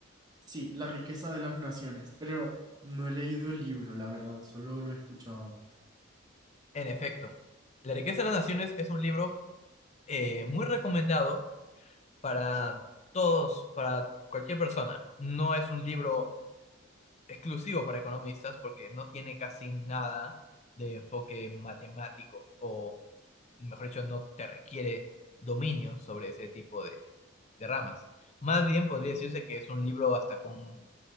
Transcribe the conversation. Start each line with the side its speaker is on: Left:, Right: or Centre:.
Right: Sí, la riqueza de las naciones, pero no he leído el libro, la verdad, solo lo he escuchado.
Left: En efecto, La riqueza de las naciones es un libro eh, muy recomendado para todos, para cualquier persona. No es un libro exclusivo para economistas porque no tiene casi nada de enfoque matemático o mejor dicho, no te requiere dominio sobre ese tipo de, de ramas. Más bien podría decirse que es un libro hasta con